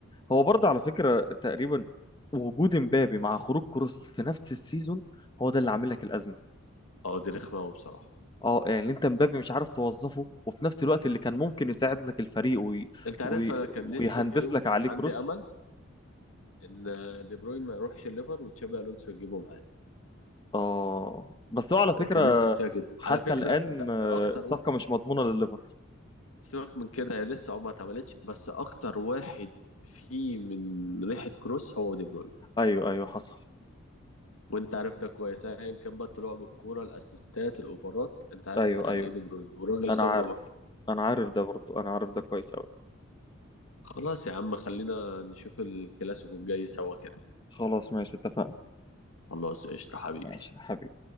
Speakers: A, on the left (about 20°); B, on the left (about 80°).
A: هو برضه على فكرة تقريبا وجود امبابي مع خروج كروس في نفس السيزون هو ده اللي عامل لك الأزمة
B: اه دي رخمه قوي بصراحه
A: اه يعني انت امبابي مش عارف توظفه وفي نفس الوقت اللي كان ممكن يساعد لك الفريق وي...
B: انت عارف
A: وي...
B: انا كان نفسي
A: ويهندس
B: في ايه وكان
A: لك عليه
B: عندي
A: كروس
B: امل ان دي بروين ما يروحش الليفر وتشابي الونسو يجيبه معاه
A: اه بس هو على فكرة
B: انا كان نفسي فيها جدا
A: حتى
B: على فكره
A: الآن
B: ده,
A: آه،
B: ده اكتر
A: الصفقة
B: واحد
A: مش مضمونة لليفر
B: سيبك من كده هي لسه عمرها ما اتعملتش بس اكتر واحد فيه من ريحه كروس هو دي بروين
A: ايوه ايوه حصل
B: وانت عارف ده كويس ايا كان بقى طلوع بالكوره الاسيستات الاوفرات انت عارف
A: ايوه
B: يعني
A: ايوه
B: ايه دي بروين وراجل
A: انا
B: خبره
A: عارف
B: برضه
A: انا عارف ده برضو انا عارف ده كويس قوي
B: خلاص يا عم خلينا نشوف الكلاسيكو الجاي سوا كده
A: خلاص ماشي اتفقنا
B: خلاص قشطه حبيبي
A: ماشي حبيبي